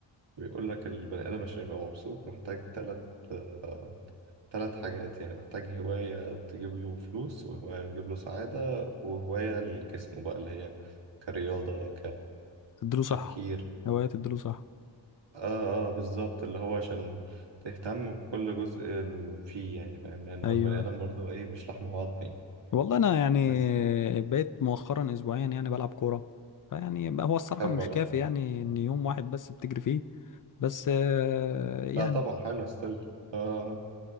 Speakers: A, on the right; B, on the left.
A: بيقول لك البني آدم عشان يبقى مبسوط محتاج تلات آه، تلات حاجات يعني محتاج هواية تجيب له فلوس وهواية تجيب له سعادة وهواية لجسمه بقى اللي هي كرياضة
B: تديله صح
A: كتفكير
B: هوايه تديله صح
A: اه اه بالظبط اللي هو عشان تهتم بكل جزء فيه يعني فاهم لأن
B: ايوه
A: هو البني آدم برضه ايه مش لحم وعظم يعني
B: والله انا يعني
A: بس
B: بقيت مؤخرا اسبوعيا يعني بلعب كوره فيعني بقى هو الصراحه
A: حلو
B: مش
A: والله
B: كافي يعني ان يوم واحد بس بتجري فيه بس آه، يعني
A: لا طبعا حلو ستيل اه